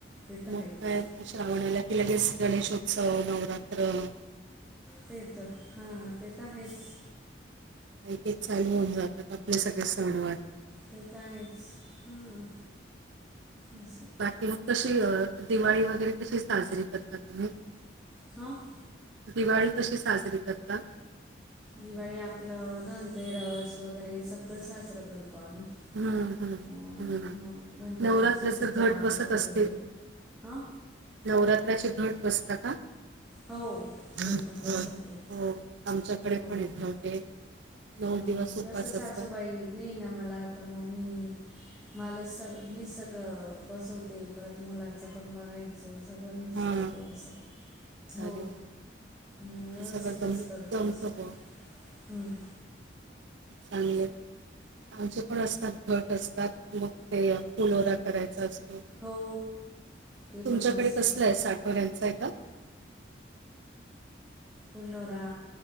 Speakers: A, in the centre; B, on the right.
A: ते तर आहेच
B: मग, काय श्रावणाला कि लगेच गणेश हो! !- स नवरात्र! !
A: ते तर हा! ते तर आहेच! !
B: केत चालू होऊन जातात. आपले सगळे सण वार! !
A: तेेत! आहेच हां असं! !
B: किंवा कशी दिवाळी, वगैरे कशी साजरी करता तुम्ही! !
A: हा! !
B: दिवाळी कशी साजरी करता?
A: दिवाळी आपलं धन रस वगैरे सगळं साजरं करतो आम्ही
B: हम्म, हम्म,
A: अ
B: हम्म.
A: मग धनतेरसची
B: नवरात्राचं
A: पूजा
B: घट बसत
A: वगैरे
B: असते
A: हा
B: नवरात्राचे घट बसता का?
A: हो
B: घट
A: ते पण बसवते.
B: हो आमच्याकडे
A: हो
B: पण आहे घट आहे नऊ
A: अ
B: दिवस उपवास
A: कस
B: असतात
A: सासूबाई नाहीये ना मला तर मग मी मला सग मीच सगळं बसवते परत मुलाचं पण बघायचं. च सगळं मीच
B: हां
A: करते असं हो
B: अरे वा.
A: म व्यवस्थितच
B: पण सगळं जम
A: करतो
B: जमतं
A: असं
B: बुवा
A: हम्म
B: चांगल अजून पण असतात घट असतात मग ते फुलोरा करायचा असतो.
A: हो ते
B: तुमच्याकडे
A: पण असतं
B: कसला आहे साठवड्यांचं आहे का?
A: फुलोरा